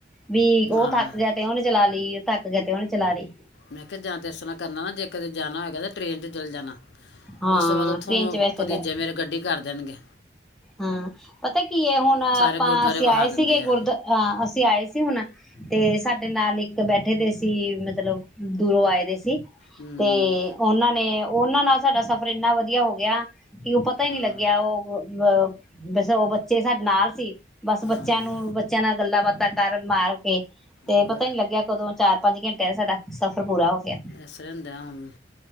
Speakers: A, in the centre; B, on the left.
A: ਵੀ ਉਹ
B: ਹਾਂ
A: ਥੱਕ ਗਿਆ ਤੇ ਉਹਹਨੇ ਚਲਾ ਲਈ ਥੱਕ ਪ ਗਏ ਤੇ ਉਹੁਣ ਚਲਾ ਰਹੀ
B: ਮੈਂ ਕਿਹਾ ਜਾਂ ਤਾਂ ਇਸ ਤਰ੍ਹਾਂ ਕਰਨਾ ਨਾ ਜੇ ਕਤੇ ਜਾਣਾ ਹੋਏਗਾ ਤਾਂ ਟ੍ਰਰੇਨ 'ਚ ਚਲ ਜਾਣਾ
A: ਹਾਂ
B: ਉਸ ਤੋਂ ਬਾਅਦ ਉੱਥੋਂ
A: ਟ੍ਰੇਨ ਚ ਬੈਸਟ
B: ਭਤੀਜੇ
A: ਹੁੰਦਾ
B: ਮੇਰੇ ਗੱਡੀ ਕਰ ਦੇਣਗੇ
A: ਹਾਂ ਪਤਾ ਕੀ ਹੈ ਹੁਣ ਆਪਾਂ
B: ਸਾਰੇ ਗੁਰਦੁਆਰੇ
A: ਅਸੀਂ
B: ਵਹਾ
A: ਆਏ
B: ਦਿੰਦੇ
A: ਸੀਗੇ ਗੁਰਦੁ
B: ਆ
A: ਅਸੀਂ ਆਏ ਸੀ ਹੁਣ ਤੇ ਸਾਡੇ ਨਾਲ ਇੱਕ ਬੈਠੇ ਦੇ ਸੀ ਮਤਲਬ ਦੂਰੋਂ ਆਏ ਦੇ ਸੀ
B: ਹੂੰ
A: ਤੇ ਉਹਨਾਂ ਨੇ ਉਹਨਾਂ ਨਾਲ ਸਾਡਾ ਸਫ਼ਰ ਇੰਨਾ ਵਧੀਆ ਹੋ ਗਿਆ ਕਿ ਉਹ ਪਤਾ
B: ਹਾਂ
A: ਹੀ ਨਹੀਂੀ ਲੱਗਿਆ ਉਹ ਅ ਵੈਸੇ ਉਹ ਬੱਚੇ ਸਾਡੇ ਨਾਲ ਸੀ ਬਸ ਬੱਚਿਆਂ
B: ਹਾਂ
A: ਨੂੰ ਬੱਚਿਆਂ ਨਾਲ ਗੱਲਾਂ ਬਾਤ ਤਾ ਕਰ ਮਾਰ ਕੇ ਤੇ
B: ਹੋਰ
A: ਪਤਾ ਨੀ ਲੱਗਿਆ ਕਦੋਂ ਚਾਰ ਪੰਜ ਘੰਟੇ ਕੈਸਡਾ ਸਫ਼ਰ ਪੂਰਾ ਗਿਆ
B: ਇਸ ਤਰ੍ਹਾਂ ਹੁੰਦੇ ਹੁਣ